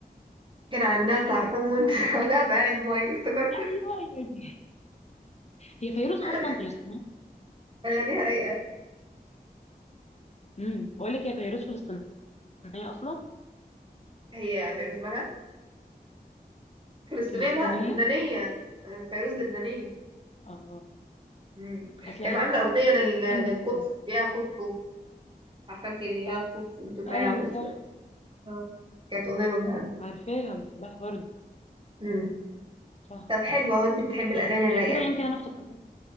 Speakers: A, on the right; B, on the left.
A: كان عنا
B: حلوة
A: طاحون <laughs> انا بقى المي افتكرت
B: ايوه هي دي هي فيروز
A: <laughs>
B: اصلا فلسطينية
A: اغانيها رايقه
B: امم بقول لك هي فيروز فلسطينية اصلا
A: هي فيروز مالها فلسطينيه
B: فلسطينية
A: لا لبنانيه آه، فيروز لبنانيه
B: اه
A: مم.
B: اصل
A: كانت
B: حاسة
A: عاملة أغنية لل... للقدس
B: انه
A: يا قدس عارفة انت يا قدس بتقول
B: ايوه
A: فيها يا قدس
B: صح
A: اه كانت أغنية برضه حلوة
B: عارفاها بحبها برضه
A: مم.
B: صح
A: طب حلوة وانت بتحبي الأغاني الرايقة
B: عشان كده يمكن انا افتكرتها